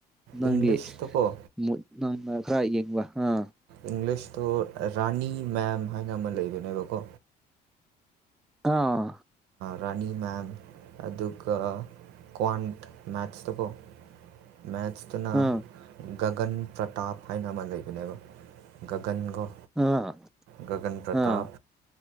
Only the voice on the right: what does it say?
ꯏꯪꯂꯤꯁꯇꯀꯣ
ꯏꯪꯂꯤꯁꯇꯣ ꯔꯥꯅꯤ ꯃꯦꯝ ꯍꯥꯏꯅ ꯑꯃ ꯂꯩꯕꯅꯦꯕꯀꯣ
ꯔꯥꯅꯤ ꯃꯦꯝ ꯑꯗꯨꯒ ꯀ꯭ꯋꯥꯟ ꯃꯦꯠꯁꯇ ꯀꯣ ꯃꯦꯠꯁꯇꯨꯅ
ꯒꯒꯟ ꯄ꯭ꯔꯇꯥꯞ ꯍꯥꯏꯅ ꯑꯃ ꯂꯩꯕꯅꯦꯕ ꯒꯒꯟꯒꯧ
ꯒꯟ ꯄ꯭ꯔꯇꯥꯞ